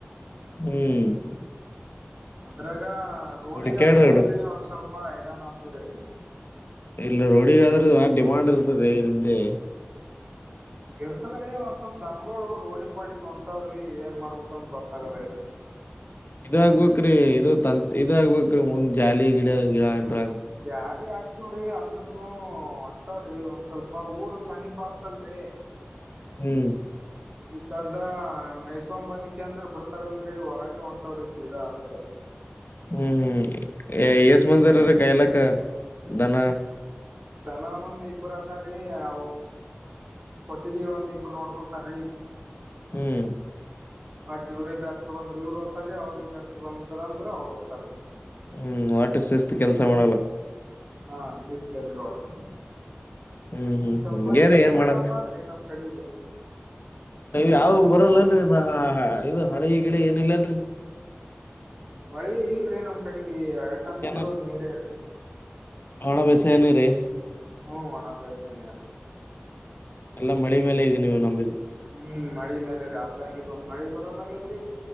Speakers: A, on the left; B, on the right.
A: ಹ್ಮ್
B: ಅದ್ರಾಗ ರೋಡಿಗ್
A: ಹುಡುಕ್ಯಾಡ್ರಿ
B: ಹತದಲ್ರಿ
A: ಹುಡುಕ್
B: ಒಂದ್ ಸ್ವಲ್ಪ ಹೈರಾಣ ಹತ್ತದ್ರಿ
A: ಇಲ್ಲ ರೋಡಿಗ ಆದ್ರ ಡಿಮಾಂಡ್ ಇರ್ತರಿ ನಿಮ್ದಿ
B: ಇರ್ತದ್ರೀ ಒಂದ್ ಸ್ವಲ್ಪ್ ದನ್ಗಳು ರೋಡಿ ಪಾಡಿ ಹೊಂಟಾವ್ರಿ ಏನ್ ಮಾಡ್ಬೇಕ ಅನ್ ಗೊತ್ತಾಗಲ್ಲ ಇದ್ರಿ
A: ಇದಾಗಗ್ಬ್ರೀ ಇದು ತತ್ ಇದಾಗಗ್ಬ್ರೀ ಮುಂದ್ ಜಾಲಿ ಗಿಡ ಗಿಡನ್ರ
B: ಜಾಲಿ ಹಾಕವ್ರಿ ಅಂದ್ರನು ಹೊಂಟವ್ರಿ ಒಂದ್ ಸ್ವಲ್ಪ ಊರ್ ಸನಿಪ ಆಕ್ತಲ್ರರಿ
A: ಹ್ಮ್
B: ಈ ಸದಾ ಮೈಸು ಬಂದಿಕಿ ಅಂದ್ರ ಬಿಡ್ತಾರಲ್ರರಿ ಹೊರಗ ಹೊಂಟವ್ರಿ ಸೀದಾ ಅದಕ್
A: ಹ್ಮ್ ಹ್ಮ್ ಎಸ್ ಮಂದರಿ ರ ಕಾಯಲಕ್ಕ ದನ
B: ದನ ಒಂದ್ ಇಬ್ಬರು ಅದಾರ್ರೀ ಅ ಕೊಟ್ಟಗೀ ಒಂದ ಇಬ್ಬರು ನೋಡ್ಕೊತಾರೀ
A: ಹ್ಮ್
B: ಓಟ್ ಇವ್ರಿಗೆ ಬೇಸರು ಬಂದ್ರ ಇವ್ರು ದ್ತಾರೀ ಅವ್ರಿಗೆಗ್ ಬೇಸರು ಬಂದ್ರ ಅಂದ್ರೆ ಅವ್ರು ಒದ್ತಾರರಿ
A: ಹ್ಮ್ ವಠ ಸಿಸ್ತ ಕೆಲ್ಸ ಮಾಡಲ್ಲ
B: ಹಾ ಸಿಸ ತಲಿ ಹೊಟ್ಟ
A: ಹ್ಮ್ ಹ್ಮ್
B: ಸ್ವಲ್ಪ
A: ಹಿಂಗೇರಿ
B: ನೀರ
A: ಏನ್ ಮಾಡದ್
B: ಕಮ್ಮ ಆದ್ರಿ ನಮ್ ಕಡೆಗೆ
A: ಯಾವ ಬರಲ್ಲನ್ರಿ ನ ಇದು ಹಳೆ ಗಿಡ ಏನಿಲ್ಲನ್ರರಿ
B: ಹೋಳಿ ಇಲ್ರಿ ನಮ್ ಕಡೆಗೆ ತಟ್ಟೊತ್ತಿದ್ರು
A: ಚೆನ್ನಾಗ್
B: ನೀರೇ
A: ಒಣ ಬೇಸಯ ಏನ ರಿ
B: ಹ್ಮ ಅಣ ಬ್ಯಾಸ್ಯಗರ್
A: ಎಲ್ಲ ಮಳೆ ಮೇಲೆ ಈಗ ನೀವು ನಂಬಿದು
B: ಹ್ಮ್ ಮಳಿ ಮೇಲೆ ರ ಅದ್ರಾಗಿ ಒಂದು ಮಳಿ ಬರಲ್ಲ ಹಾಗದ್ರಿ